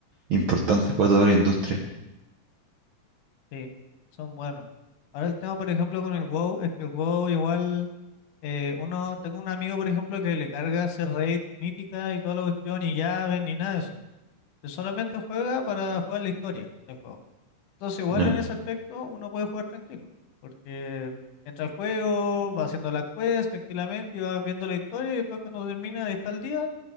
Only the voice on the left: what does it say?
sí, son buenos. Ahora el tema, por ejemplo, con el WoW, es que el WoW igual, eh, uno, tengo un amigo, por ejemplo, que le carga hacer raid mítica y toda la cuestión, y llaves, ni nada de eso. Él solamente juega para jugar la historia del juego. Entonces, igual
en ese aspecto uno puede jugar tranquilo, porque entra al juego, va haciendo las quests tranquilamente y va viendo la historia y después cuando termina de estar al día,